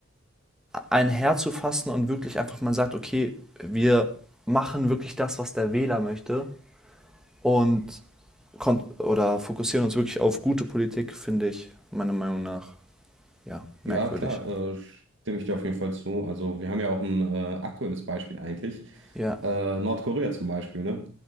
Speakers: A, in the centre; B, on the right.
A: ein Herz zu fassen und wirklich einfach mal sagt, okay, wir machen wirklich das, was der Wähler möchte und kon- oder fokussieren uns wirklich auf gute Politik, finde ich meiner Meinung nach ja merkwürdig.
B: Ja, klar, äh, stimme ich dir auf jeden Fall zu. Also wir haben ja auch ein äh, aktuelles Beispiel eigentlich.
A: Ja,
B: Äh, Nordkorea zum Beispiel, ne?